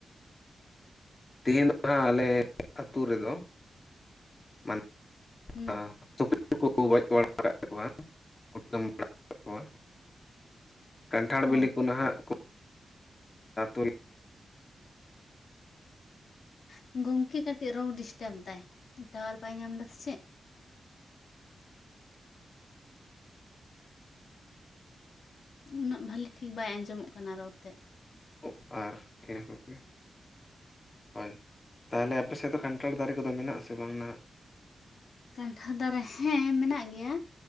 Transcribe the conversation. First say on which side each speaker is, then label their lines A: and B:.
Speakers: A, on the left (about 30°); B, on the left (about 65°).
A: ᱛᱮᱦᱤᱧ ᱫᱚ ᱦᱟᱸᱜ ᱟᱞᱮ ᱟᱹᱛᱩ ᱨᱮᱫᱚ ᱢᱟᱱᱮ
B: ᱦᱩᱸ
A: ᱟ ᱥᱩᱠᱨᱤ ᱠᱚᱠᱚ ᱜᱚᱡ ᱵᱟᱲᱟ ᱟᱠᱟᱫᱟ ᱠᱚᱣᱟ, ᱠᱩᱴᱟᱢ ᱵᱟᱲᱟ ᱠᱟᱜ ᱠᱚᱣᱟ। ᱠᱟᱱᱴᱷᱟᱲ
B: ᱚ
A: ᱵᱤᱞᱤ ᱠᱚ ᱱᱟᱦᱟᱜ ᱠᱚ ᱟᱛᱩ ᱨᱮ
B: ᱦᱩᱸ ᱜᱚᱝᱠᱮ ᱠᱟᱹᱴᱤᱡ ᱨᱚᱲ ᱰᱤᱥᱴᱟᱵ ᱫᱟᱭ ᱴᱟᱣᱟᱨ ᱵᱟᱭ ᱧᱟᱢ ᱫᱟ ᱥᱮ ᱪᱮᱫ? ᱩᱱᱟᱹᱜ ᱵᱷᱟᱞᱤ ᱴᱷᱤᱠ ᱵᱟᱭ ᱟᱸᱡᱚᱢᱚᱜ ᱠᱟᱱᱟ ᱨᱚᱲ ᱛᱮᱫ।
A: ᱚ ᱟᱨ ᱠᱮᱱᱮᱞ ᱠᱚ ᱜᱮ᱾ ᱦᱳᱭ ᱛᱟᱦᱚᱞᱮ ᱟᱯᱮ ᱥᱮᱫ ᱫᱚ ᱠᱟᱱᱴᱷᱟᱲ ᱫᱟᱨᱮ ᱠᱚᱫᱚ ᱢᱮᱱᱟᱜ ᱟᱥᱮ ᱵᱟᱝ ᱱᱟᱦᱟᱜ?
B: ᱠᱟᱱᱴᱷᱟᱲ ᱫᱟᱨᱮ ᱦᱮᱸ ᱢᱮᱱᱟᱜ ᱜᱮᱭᱟ,